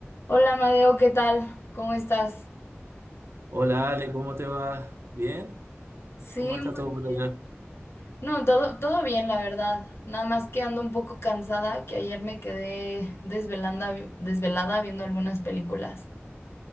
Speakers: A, on the left; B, on the right.
A: Hola, Madeo, ¿qué tal? ¿Cómo estás?
B: Hola Ale, ¿cómo te va? ¿Bien?
A: Sí,
B: ¿Cómo está todo
A: muy
B: por
A: bien.
B: allá?
A: No, todo, todo bien, la verdad. Nada más que ando un poco cansada, que ayer me quedé desvelanda, desvelada viendo algunas películas.